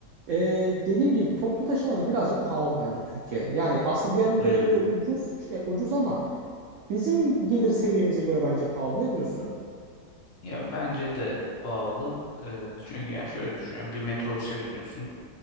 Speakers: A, on the right; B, on the left.
A: e, dediğim gibi toplu taşıma da birazcık pahalı bence Türkiye'de. Yani aslında diğer ülkelere
B: Hmm.
A: göre ucuz, şey, ucuz ama bizim gelir seviyemize göre bence pahalı. Ne diyorsun?
B: Ya bence de pahalı. Ee, çünkü ya şöyle düşünüyorum. Bir metrobüse biniyorsun.